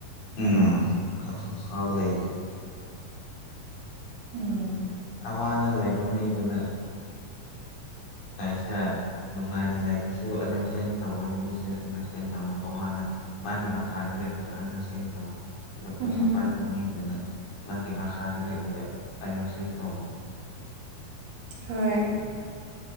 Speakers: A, on the left (about 65°); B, on the right (about 80°).
A: ꯎꯝ ꯀ ꯐꯕ ꯂꯩ꯫
B: ꯎꯝ
A: ꯑꯋꯥ ꯑꯅꯥ ꯂꯩꯕ ꯃꯤꯗꯨꯅ ꯍꯥꯏꯁꯦ ꯅꯨꯡꯉꯥꯏꯅ ꯂꯩꯕꯁꯨ ꯑꯟꯗꯔꯁꯇꯦꯟ ꯇꯧꯋꯦ ꯃꯤꯁꯨ ꯑꯟꯗꯔꯁꯇꯦꯟ ꯇꯧꯋꯦ ꯑꯋꯥ ꯑꯅꯥ ꯃꯥꯒꯤ ꯃꯥ ꯍꯥꯥꯗ ꯂꯦ ꯁꯤ ꯇꯧ ꯑꯇꯛꯄꯁꯄꯥꯏꯕ
B: ꯎꯝ
A: ꯃꯤꯗꯨꯅ ꯃꯥꯒꯤ ꯃꯈꯥꯗ ꯂꯩꯕꯗꯣ ꯑꯦꯅꯔꯖꯤꯒꯤ ꯄ꯭ꯔꯣꯕ꯭ꯂꯦꯝ
B: ꯍꯣꯏ